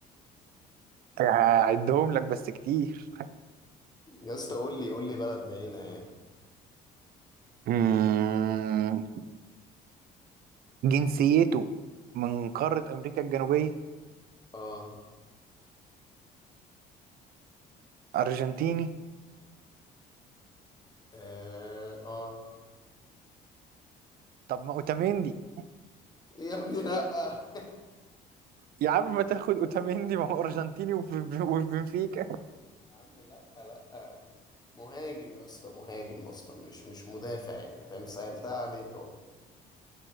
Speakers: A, on the right; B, on the left.
A: هعدهم لك بس كتير
B: يا اسطى قول لي قول لي بلد بعينة يعني
A: مم. جنسيته من قارة أمريكا الجنوبية
B: اه
A: أرجنتيني
B: اه اه
A: طب ما أوتاميندي
B: يا ابني لا
A: يا عم ما تاخد أوتاميندي ما هو أرجنتيني وفي وفي بنفيكا
B: يا عم لا لا مهاجم يا اسطى مهاجم اصلا مش مش مدافع يعني فاهم سهلتها عليك اهو